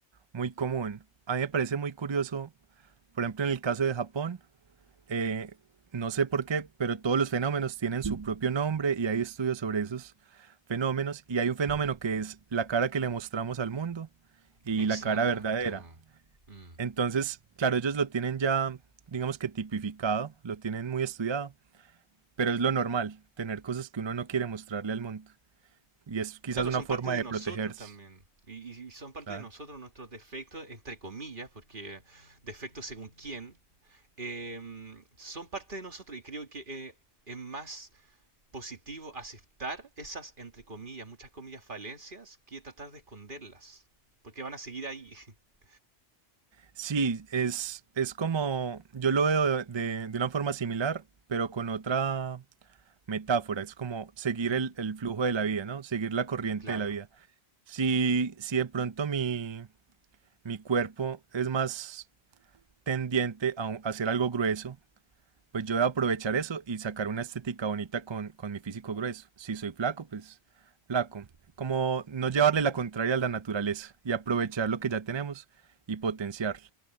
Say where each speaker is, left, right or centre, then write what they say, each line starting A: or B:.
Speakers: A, on the right; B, on the right.
A: muy común. A mí me parece muy curioso, por ejemplo, en el caso de Japón, Eh, no sé por qué, pero todos los fenómenos tienen su propio nombre y hay estudios sobre esos fenómenos. Y hay un fenómeno que es la cara que le mostramos al mundo y
B: Exacto.
A: la cara verdadera.
B: Mm.
A: Entonces, claro, ellos lo tienen ya, digamos que tipificado, lo tienen muy estudiado, pero es lo normal, tener cosas que uno no quiere mostrarle al mundo. Y es quizás
B: Claro,
A: una
B: son
A: forma
B: parte de
A: de
B: nosotros
A: protegerse.
B: también. Y, y son parte
A: Claro.
B: de nosotros nuestros defectos, entre comillas, porque defectos según quién, eh, son parte de nosotros. Y creo que eh, es más positivo aceptar esas, entre comillas, muchas comillas, falencias, que tratar de esconderlas. Porque van a seguir ahí. <laughs>
A: Sí, es, es como, yo lo veo de, de- de una forma similar, pero con otra, metáfora, es como seguir
B: Ujú,
A: el, el flujo de la vida, ¿no? Seguir la corriente
B: Claro.
A: de la vida. Si, si de pronto mi, mi cuerpo es más tendiente a, un- a hacer algo grueso, pues yo voy a aprovechar eso y sacar una estética bonita con, con mi físico grueso. Si soy flaco, pues flaco. Como no llevarle la contraria a la naturaleza y aprovechar lo que ya tenemos y potenciarlo.